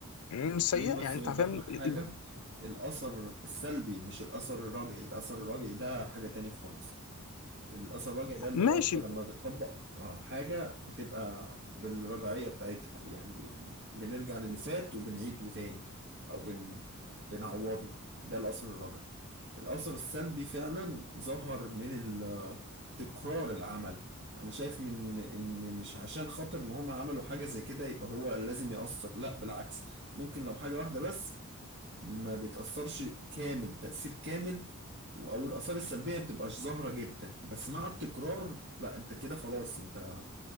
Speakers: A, on the left; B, on the right.
A: مم، سيئه
B: خليني بس
A: يعني
B: أوضح
A: انت حرفيا ال-
B: لك حاجة
A: ال-
B: الأثر السلبي مش الأثر الراجعي الأثر الراجعي ده حاجة تاني خالص الأثر الراجعي ده اللي
A: ماشي
B: هو أنت لما بتطبق آه، حاجة بتبقى بالرجعية بتاعتها يعني بنرجع للي فات وبنعيده تاني أو بن... بنعوضه ده الأثر الراجعي الأثر السلبي فعلا ظهر من ال- تكرار العمل أنا شايف من إن مش عشان خاطر إن هم عملوا حاجة زي كده يبقى هو لازم يأثر لا بالعكس ممكن لو حاجة واحدة بس ما بتأثرش كامل تأثير كامل أو الآثار السلبية ما بتبقاش ظاهرة جدا بس مع التكرار لا أنت كده خلاص أنت